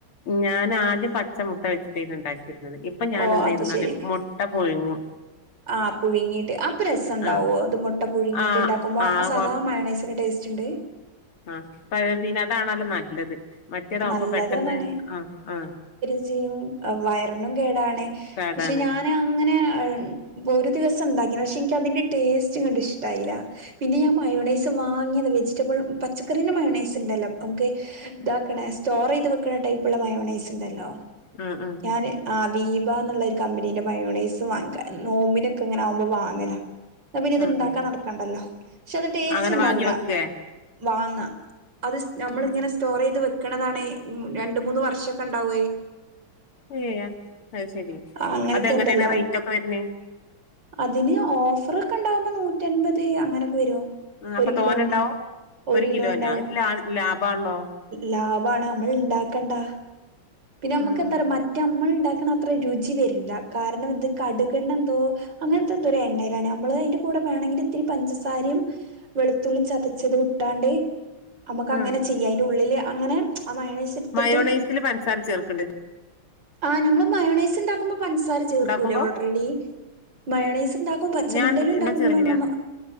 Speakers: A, on the left; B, on the right.
A: ഞാൻ ആദ്യം പച്ചമുട്ട വെച്ചിട്ടേന്ന് ഇണ്ടാക്കിര് ഇപ്പൊ ഞാനെന്തയ്ത്
B: ഓ അത്
A: ന്നറ്യോ
B: ശെരി
A: മൊട്ട പുഴുങ്ങു
B: ആ പുഴുങ്ങിട്ട് ആം അ രസം ഉണ്ടാവോ
A: ആഹ്
B: അത് മുട്ട പുഴുങ്ങിയിട്ടുണ്ടാക്കുമ്പോ
A: ആഹ് ആഹ്
B: സാധാ മയണൈസിന്റെ ടേസ്റ്റ് ഉണ്ട്
A: ആ <unintelligible> അതാണല്ലോ നല്ലത് മറ്റേതാവുമ്പോ
B: നല്ലതതാണ്
A: പെട്ടെന്ന് ആ ആ
B: <unintelligible> വയറിനും കേടാണ്
A: പാടാണ്
B: പക്ഷെ ഞാൻ അങ്ങനെ ഒരു ദിവസം ഉണ്ടാക്കി പക്ഷെ എനിക്ക് അതിന്റെ ടേസ്റ്റ് ഇങ്ങട് ഇഷ്ടായില്ല പിന്നെ ഞാൻ മയോണൈസ് വാങ്ങിയതിലെ വെജിറ്റബിൾ പച്ചക്കറീന്റെ മയോണൈസ് ഉണ്ടല്ലോ നമുക്ക് ഇതാക്കണ സ്റ്റോർ ചെയ്ത് വെക്കണ്‌ ടൈപ്പ് ഉള്ള മയോണൈസ് ണ്ടല്ലോ
A: ആഹ് ആഹ്
B: ഞാന് ആ ദീപ എന്നുള്ള ഒര് കമ്പനീടെ മയോണൈസ് വാങ്ങിക്കാ നോമ്പിനൊക്കെ ഇങ്ങനെ ആകുമ്പോ വാങ്ങലാ പിന്നെ ഇത്
A: ആഹ്
B: ഇണ്ടാക്കാൻ
A: ആഹ്
B: നടക്കണ്ടല്ലോ പക്ഷെ അത് ടേസ്റ്റ്
A: അങ്ങനെ
B: ഉണ്ടാവൂല
A: വാങ്ങി വെക്കേ
B: വാങ്ങ അത് നമ്മൾഇങ്ങനെ
A: ഉം
B: സ്റ്റോർ ചെയ്ത് വെക്കണതാണേ രണ്ട് മൂന്ന് വർഷം ഒക്കെ ഉണ്ടാവേ
A: ഏ അത് ശെരി
B: അങ്ങനത്തെണ്ടല്ലോ
A: അതെങ്ങനെയാണ് റേറ്റ് ഒക്കെ വരുന്നേ
B: അതിന് ഓഫർ ഒക്കെ ഉണ്ടാവുമ്പോ നൂറ്റമ്പത് അങ്ങനൊക്കെ വരും
A: ഉം അപ്പൊ
B: ഒരു കിലോ
A: തോനെണ്ടാവും
B: തന്നെ ഒരു കിലോ
A: കിലോനാ
B: ഉണ്ടാവും
A: അത് ലാ ലാഭാണല്ലോ
B: ലാഭ വാണ് നമ്മൾ ഉണ്ടാക്കണ്ട പിന്നെ നമ്മുക്ക്
A: ഉം
B: എന്താ പറ മറ്റേമ്മൾ ഉണ്ടാ അത്ര രുചി വരില്ല കാരണം ഇത് കടുക എണ്ണ എന്തോ അങ്ങനത്തെ എന്തോ എണ്ണയിലാണ് നമ്മള് അതിന്റെ കൂടെ വേണെങ്കിൽ ഇത്തിരി പഞ്ചസാരയും വെളുത്തു ള്ളി ചതച്ചത് ഇട്ടാണ്ട് നമുക്ക് അങ്ങനെ
A: ഉം
B: ചെയ്യാം അതിന്റെ ഉള്ളില് അങ്ങനെ ആ മയോണൈസ് എടുത്തിട്ട്
A: മയോണൈസിൽ പൻസാര ചേർക്കണ്ടേ
B: ആ നമ്മള് മയോണൈസ് ഉണ്ടാക്കുമ്പോ പഞ്ചസാര ചേർക്കൂലേ
A: ഉണ്ടാക്കുമ്പോ
B: ഓൾറെഡി മയോണൈസ് ഉണ്ടാക്കും പച്ചമുട്ടേല്
A: ഞാൻ
B: ഉണ്ടാക്കുമ്പോളും
A: ഞാൻ ചേർലില്ല
B: അമ്മമ്മ